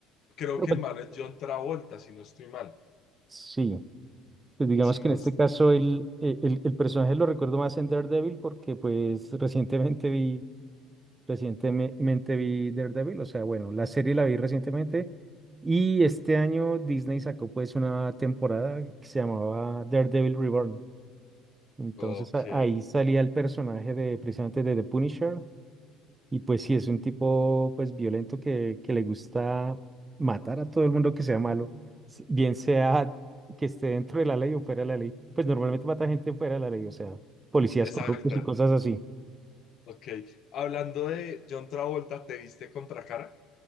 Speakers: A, on the left; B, on the right.
A: Creo
B: Pero
A: que
B: pues,
A: el malo es John Travolta, si no estoy mal.
B: sí, pues digamos
A: Si
B: que
A: no...
B: en este
A: es-
B: caso el, el, el personaje lo recuerdo más en Daredevil porque pues <laughs> recientemente vi Recientemente vi Daredevil, o sea, bueno, la serie la vi recientemente y este año Disney sacó pues una temporada que se llamaba Daredevil Reborn. Entonces
A: Ok,
B: a- ahí salía el personaje de precisamente de The Punisher y pues sí, es un tipo pues violento que, que le gusta matar a todo el mundo que sea malo, s- bien sea que esté dentro de la ley o fuera de la ley. Pues normalmente mata gente fuera de la ley, o sea, policías
A: exacto.
B: corruptos y cosas así.
A: Ok. Hablando de John Travolta, ¿te viste Contracara?